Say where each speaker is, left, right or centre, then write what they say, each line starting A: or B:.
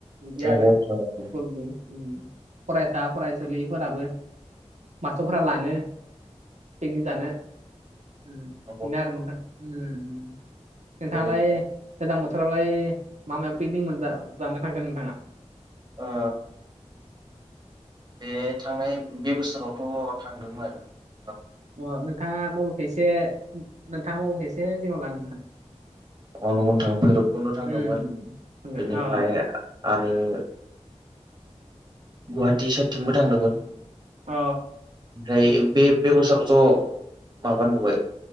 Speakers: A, on the right; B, on the right.
A: बिदि
B: नंगौ
A: आरो
B: नोंथां
A: स्कुलनि
B: नंगौ
A: फरायसा फरायसुलिफोराबो मास्टरफोरा लाङो पिकनिक जानो उम
B: नंगौ
A: बेनो आरो
B: नंगौ।
A: नोंथां उम उम नोंथाङालाय
B: बेबायदिनो
A: गोजां बोथोरावलाय माबायाव पिकनिक मोन जा जानो थांगोन नोंथाङा
B: ओ आ बे थांनाय बे बोसोरावथ' थांदोंमोन आरो
A: अ नोंथाङा बेखायसे नोंथाङा मबेलखौ एसे जिंङाव ला नोंथां
B: अ नोथां भैरबकुन्द' थांदोंमोन
A: उम होनगोन
B: बेनिफ्राय
A: अ
B: आरो गुवाहाटि साइडथिंबो थांदोंमोन
A: अ
B: ओमफ्राय
A: होनगोन
B: बे
A: उम
B: बे बोसोराव थ' माबा नुबाय